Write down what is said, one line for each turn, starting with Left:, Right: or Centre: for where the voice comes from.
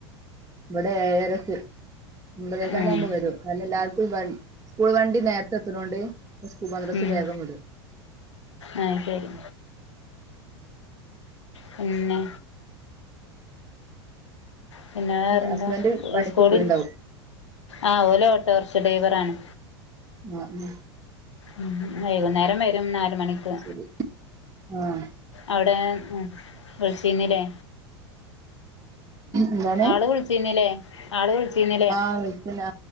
Right: ഇവിടെ ഏഴരക്ക് ഒമ്പതേകാൽ
Left: ഉം
Right: ആകുമ്പോ വരും നല്ല എല്ലാവർക്കും സ്കൂൾ വണ്ടി നേരത്തെ എത്തണോണ്ട് മദ്രസ
Left: ഉം
Right: വേഗം വിടും
Left: ആഹ് ശരി പിന്നെ പിന്നെ വേറെന്താ
Right: ഹസ്ബൻഡ് പണിക്ക്
Left: സ്കൂളിൽ
Right: പോയിണ്ടാവും
Left: ആഹ് ഓലോ ഓട്ടോറിക്ഷ ഡ്രൈവറാണ്
Right: ഉം ഉം
Left: ഉ വൈകുന്നേരം വരും നാല മണിക്ക്
Right: ശരി ആഹ്
Left: അവിടെ വിളിച്ചന്നില്ലേ
Right: എന്താണ്
Left: ആള് വിളിച്ചീന്നില്ലേ ആള് വിളിച്ചിന്ന
Right: ആഹ് വിളിക്കൂല